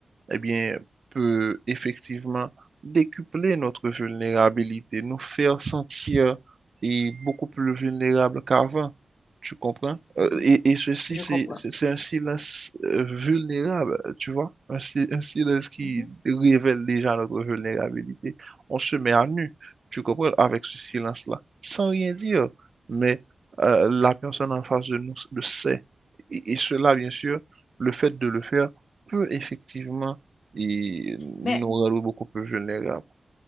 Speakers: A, on the right; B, on the left.
A: eh bien, peut effectivement décupler notre vulnérabilité, nous faire sentir et beaucoup plus vulnérables qu'avant. Tu comprends? Euh,
B: mhm,
A: Et, et ceci,
B: je
A: c'est
B: comprends.
A: c'est- c'est un silence euh, vulnérable, tu vois? Un, si- un silence qui
B: Mhm.
A: révèle déjà notre vulnérabilité. On se met à nu, tu comprends, avec ce silence-là, sans rien dire. Mais euh, la personne en face de nous le sait. Et, et cela, bien sûr, le fait de le faire peut effectivement et nous
B: Mais
A: rendre beaucoup plus vulnérables.